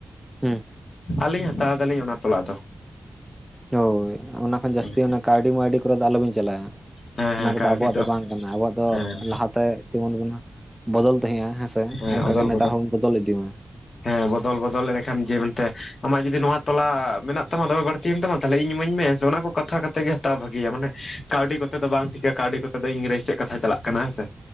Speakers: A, in the centre; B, on the left.
A: ᱦᱮᱸ᱾
B: ᱟᱹᱞᱤᱧ ᱦᱟᱛᱟᱣ ᱫᱟᱞᱤᱧ ᱚᱱᱟ ᱛᱚᱞᱟ ᱫᱚ᱾
A: ᱦᱳᱭ ᱚᱱᱟ ᱠᱷᱚᱱ ᱡᱟᱹᱥᱛᱤ
B: ᱦᱮᱸ
A: ᱚᱱᱟ ᱠᱟᱹᱣᱰᱤ-ᱢᱟᱣᱰᱤ ᱠᱚᱨᱮ ᱫᱚ ᱟᱞᱚᱵᱤᱱ ᱪᱟᱞᱟᱜᱼᱟ᱾
B: ᱦᱮᱸ
A: ᱚᱱᱟ ᱠᱚᱫᱚ
B: ᱠᱟᱹᱣᱰᱤ
A: ᱟᱵᱚᱣᱟᱜ ᱫᱚ ᱵᱟᱝ ᱠᱟᱱᱟ᱾ ᱟᱵᱚᱣᱟᱜ ᱫᱚ
B: ᱦᱮᱸ
A: ᱞᱟᱦᱟᱛᱮ ᱡᱢᱚᱱ ᱵᱚᱱ ᱵᱚᱫᱚᱞ ᱛᱟᱦᱮᱸᱜᱼᱟ ᱦᱮᱸᱥᱮ᱾
B: ᱦᱮᱸ
A: ᱚᱱᱠᱟᱜᱮ
B: ᱚᱫᱚᱞ
A: ᱱᱮᱛᱟᱨ ᱦᱚᱸᱵᱚᱱ ᱵᱚᱫᱚᱞ ᱤᱫᱤ ᱢᱟ᱾
B: ᱦᱮᱸ ᱵᱚᱫᱚᱞ ᱵᱚᱫᱚᱞ ᱮᱱᱰᱮᱠᱷᱟᱱ ᱡᱮ ᱢᱮᱱᱛᱮ ᱟᱢᱟᱜ ᱡᱩᱫᱤ ᱱᱚᱣᱟ ᱛᱚᱞᱟ ᱢᱮᱱᱟᱜ ᱛᱟᱢᱟ ᱫᱚᱢᱮ ᱵᱟᱲ ᱛᱤᱭᱮᱱ ᱛᱟᱢᱟ ᱛᱟᱞᱦᱮ ᱤᱧ ᱤᱢᱟᱹᱢ ᱢᱮ ᱦᱮᱸᱥᱮ ᱚᱱᱟ ᱠᱚ ᱠᱟᱛᱷᱟ ᱠᱟᱛᱮ ᱜᱮ ᱦᱟᱛᱟᱣ ᱵᱷᱟᱜᱮᱤᱭᱟ ᱢᱟᱱᱮ ᱠᱟᱹᱣᱰᱤ ᱠᱚᱛᱮ ᱫᱚ ᱵᱟᱝ ᱴᱷᱤᱠᱟᱹᱜ᱾ ᱠᱟᱹᱣᱰᱤ ᱠᱚᱛᱮ ᱫᱚ ᱤᱝᱨᱮᱡᱽ ᱥᱮᱫ ᱠᱟᱛᱷᱟ ᱪᱟᱞᱟᱜ ᱠᱟᱱᱟ ᱦᱮᱸ ᱥᱮ᱾